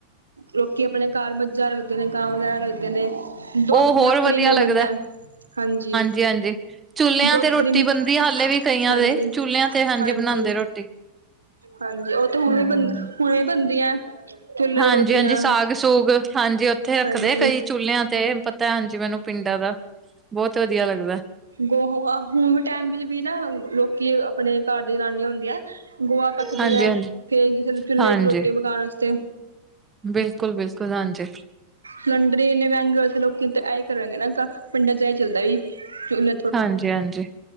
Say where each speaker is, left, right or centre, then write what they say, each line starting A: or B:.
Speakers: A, on the right (about 75°); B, on the right (about 15°).
A: ਲੋਕੀ ਆਪਣੇ ਘਰ ਮੱਝਾਂ ਰੱਖਦੇ ਨੇ, ਗਾਵਾਂ ਵਗੈਰ ਰੱਖਦੇ ਨੇ। ਦੁੱਧ
B: ਉਹ
A: ਆਪਣਾ
B: ਹੋਰ ਵਧੀਆ
A: ਫ੍ਰੀ ਮਿਲ
B: ਲੱਗਦਾ
A: ਜਾਂਦਾ ਹੈ, ਹਾਂਜੀ।
B: ਹਾਂਜੀ, ਹਾਂਜੀ। ਚੁੱਲਿਆਂ
A: ਦੁੱਧ
B: ਤੇ ਰੋਟੀ
A: ਫਰੀਮ
B: ਬਣਦੀ ਹਾਲੇ ਵੀ ਕਈਆਂ
A: ਹਾਂਜੀ
B: ਦੇ ਚੁੱਲਿਆਂ ਤੇ
A: ਹਾਂਜੀ।
B: ਬਣਾਉਂਦੇ ਰੋਟੀ
A: ਹਾਂਜੀ ਉਹ ਤਾਂ ਹੁਣ
B: ਹਮ
A: ਵੀ ਬਣ ਹੁਣੇ ਵੀ ਬਣਦੀਆਂ ਚੁੱਲ੍ਹੇ
B: ਹਾਂਜੀ
A: ਤੇ ਰੋਟੀਆਂ।
B: ਹਾਂਜੀ ਸਾਗ ਸੂਗ ਹਾਂਜੀ ਉੱਥੇ ਰੱਖਦੇ
A: ਹਾਂਜੀ
B: ਕਈ ਚੁੱਲ੍ਹਿਆਂ ਤੇ ਪਤਾ ਹਾਂਜੀ ਮੈਨੂੰ ਪਿੰਡਾਂ ਦਾ। ਬਹੁਤ ਵਧੀਆ ਲੱਗਦਾ।
A: ਗੋਹੇ ਹੂਨ ਟਾਈਮ ਵਿੱਚ ਵੀ ਨਾ, ਲੋਕੀ ਆਪਣੇ ਘਰ ਦੀ ਜਨਾਨੀ ਹੁੰਦੀ ਆ। ਗੋਹਾ ਪੱਥਦੀਆਂ
B: ਹਾਂਜੀ ਹਾਂਜੀ
A: ਫਿਰ ਚੁੱਲ੍ਹੇ
B: ਹਾਂਜੀ
A: ਚ ਰੋਟੀ ਪਕਾਉਣ ਵਾਸਤੇ।
B: ਬਿਲਕੁਲ, ਬਿਲਕੁਲ। ਹਾਂਜੀ।
A: ਸਲੰਡਰੀ ਇੰਨੇ ਮਹਿੰਗੇ ਹੋਏ ਦੇ ਲੋਕੀ ਤੇ ਇਹ ਹੀ ਕਰਾਂਗੇ ਨਾ ਪਿੰਡਾਂ ਚ ਇਹ ਚੱਲਦਾ ਵੀੁ ਚੁਲੇ
B: ਹਾਂਜੀ ਹਾਂਜੀ।